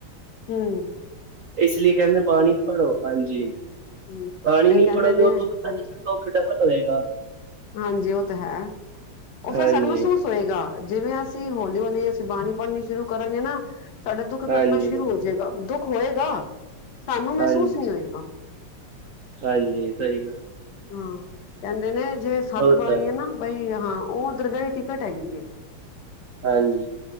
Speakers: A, on the left; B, on the right.
A: ਹਂ
B: ਇਸ ਲਈ ਕਹਿੰਦੇ ਬਾਣੀ ਪੜੋ ਹਾਂਜੀ
A: ਹੂੰ
B: ਬਾਣੀ
A: ਕਈ
B: ਨੀ
A: ਕਹਿੰਦੇ
B: ਪੜੋਗੇ
A: ਨੇ
B: ਉਹ ਦੁਖ
A: ਹਾਂਜੀ
B: ਫਿਰ <unintelligible> ਡਬਲ ਹੋਜੇਗਾ।
A: ਹਾਂਜੀ ਉਹ ਤਾਂ ਹੈ, ਉਹ ਫਿਰ
B: ਹਾਂਜੀ
A: ਸਾਨੂੰ ਮਹਿਸੂਸ ਹੋਏਗਾ ਜਿਵੇਂ ਅਸੀਂ ਹੌਲੀ-ਹੌਲੀ ਅਸੀਂ ਬਾਣੀ ਪੜ੍ਹਨੀ ਸ਼ੁਰੂ ਕਰਾਂਗੇ ਨਾ ਸਾਡਾ ਦੁੱਖ ਕੱਟਣਾ
B: ਹਾਂਜੀ
A: ਸ਼ੁਰੂ ਹੋ ਜਾਏਗਾ। ਦੁੱਖ ਹੋਏਗਾ ਸਾਨੂੰ ਮਹਿਸੂਸ
B: ਹਾਂਜੀ
A: ਨ੍ਹੀਂ ਹੋਏਗਾ।
B: ਹਾਂਜੀ ਸਹੀ ਗੱਲ।
A: ਹਾਂ ਕਹਿੰਦੇ ਨੇ ਜੇ ਸੱਤ
B: ਉਹ
A: ਬਾਣੀ
B: ਤਾਂ ਹੈ
A: ਐ ਨਾ ਬਈ ਹਾਂ ਉਹ ਓ ਦਰਗਾਹ ਦੀ ਟਿਕਟ ਹੈਗੀ ਏ।
B: ਹਾਂਜੀ।